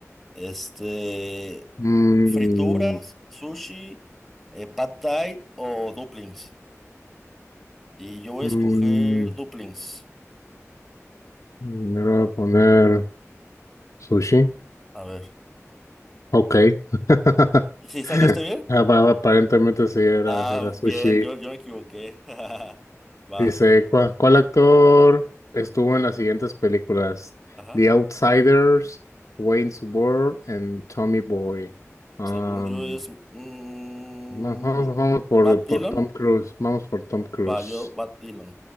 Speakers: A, in the centre; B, on the left.
A: Este,
B: Mm,
A: frituras, sushi, eh, pad thai o dumplings. Y yo voy
B: mm,
A: a escoger dumplings.
B: le voy a poner sushi.
A: A ver.
B: Ok. <laughs>
A: ¿Sí sacaste bien?
B: Ap- Aparentemente sí era,
A: Ah,
B: era sushi.
A: bien, yo, yo me equivoqué. <laughs> Va.
B: Dice, ¿cuál, cuál actor estuvo en las siguientes películas?
A: Ajá.
B: The Outsiders, Wayne's World and Tommy Boy. Um,
A: Según yo es mm,
B: va- vamos, vamos por,
A: Matt
B: por
A: Dillon.
B: Tom Cruise. Vamos por Tom Cruise.
A: Va, yo, Matt Dillon.